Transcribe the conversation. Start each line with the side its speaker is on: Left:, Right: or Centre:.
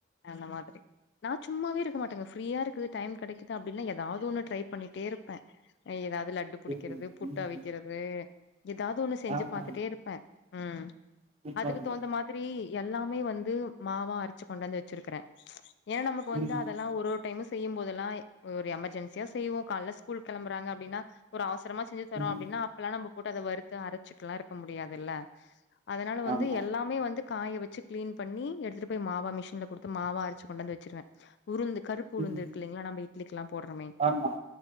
Left: அந்த மாதிரி நா சும்மாவே இருக்க மாட்டங்க ஃப்ரீயா இருக்குது டைம் கெடைக்குது அப்டின்னா ஏதாவுது ஒண்ணு ட்ரை பண்ணிட்டேருப்பே அ எதாவுது லட்டு புடிக்கிறது
Right: ம்
Left: புட்
Right: ம்,
Left: அவிக்கிறது எதாவது ஒண்ணு செஞ்சு
Right: ஆஹா
Left: பாத்துட்டே இருப்பேன் ம்
Right: சூப்பர்மா
Left: அதுக்கு தவுந்த மாதிரி எல்லாமே வந்து மாவா அரச்சு கொண்டாந்து வெச்சிருக்குறே ஏன் நமக்கு வந்து
Right: ம்
Left: அதெல்லாம் ஒரு ஒரு டைமு செய்யும் போதெல்லா ஒரு எமர்ஜென்சியா செய்வோ கால்ல ஸ்கூல் கெளம்புறாங்க அப்டின்னா ஒரு அவசரமா செஞ்சி தறோ
Right: ம்
Left: அப்டின்னா அப்பெல்லா நம்ம போட்டு அத வறுத்து அரச்சிட்டுல்லா இருக்க முடியாதுல்ல அதனால வந்து
Right: ஆமா
Left: எல்லாமே வந்து காய வெச்சு க்ளீன் பண்ணி எடுத்துட்டு போய் மாவா மிஷின்ல்ல குடுத்து மாவா அரச்சி கொண்டந்து வெச்சிருவேன் உருந்து கருப் பு உளுந்து
Right: ம்
Left: இருக்கில்லீங்ளா நம்ப இட்லிக்லா போட்றமே
Right: ஆமா